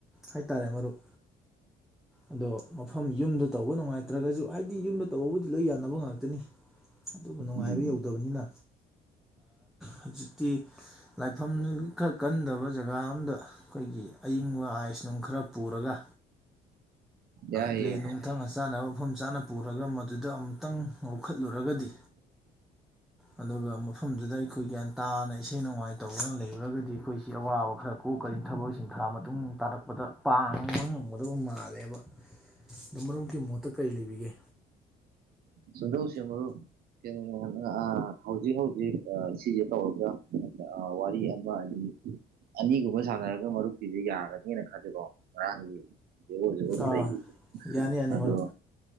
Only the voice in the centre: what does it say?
ꯍꯥꯏꯇꯥꯔꯦ ꯃꯔꯨꯞ ꯑꯗꯣ ꯃꯐꯝ ꯌꯨꯝꯗ ꯇꯧꯕ ꯅꯨꯡꯉꯥꯏꯇ꯭ꯔꯒꯁꯨ ꯍꯥꯏꯗꯤ ꯌꯨꯝꯗ ꯇꯧꯕꯕꯨꯗꯤ ꯂꯣꯏ ꯌꯥꯅꯕ ꯉꯥꯛꯇꯅꯤ ꯑꯗꯨꯕꯨ ꯅꯨꯡꯉꯥꯏꯕ
ꯌꯧꯗꯕꯅꯤꯅ ꯍꯧꯖꯤꯛꯇꯤ ꯂꯥꯏꯐꯝ ꯈꯔ ꯀꯟꯗꯕ ꯖꯒꯥ ꯑꯝꯗ ꯑꯩꯈꯣꯏꯒꯤ ꯑꯏꯪꯕ ꯑꯥꯏꯁ ꯅꯨꯡ ꯈꯔ ꯄꯨꯔꯒ
ꯄ꯭ꯂꯂꯤ ꯅꯨꯡꯊꯪꯒ ꯆꯥꯅꯕ ꯃꯐꯝ ꯆꯥꯅ ꯄꯨꯔꯒ ꯃꯗꯨꯗ ꯑꯃꯨꯛꯇꯪ ꯂꯧꯈꯠꯂꯨꯔꯒꯗꯤ ꯑꯗꯨꯒ ꯃꯐꯝꯗꯨꯗ ꯑꯩꯈꯣꯏ ꯒ꯭ꯌꯥꯟ ꯇꯥꯅ ꯏꯁꯩ ꯅꯣꯡꯃꯥꯏ ꯇꯧꯅ ꯂꯩꯔꯒꯗꯤ ꯑꯩꯈꯣꯏꯁꯤ ꯑꯋꯥꯕ ꯈꯔ ꯀꯣꯛꯀꯅꯤ ꯑꯩ ꯊꯕꯛꯁꯤꯡ ꯊꯥ ꯃꯇꯨꯡ ꯇꯥꯔꯛꯄꯗ ꯄꯥꯡꯉꯕ ꯉꯝꯒꯗꯕ ꯃꯥꯜꯂꯦꯕ ꯑꯗ ꯃꯔꯨꯞꯀꯤ ꯃꯣꯠꯇ ꯀꯔꯤ ꯂꯩꯕꯤꯒꯦ
ꯑꯥ
ꯌꯥꯅꯤ ꯌꯥꯅꯤ
ꯃꯔꯨꯞ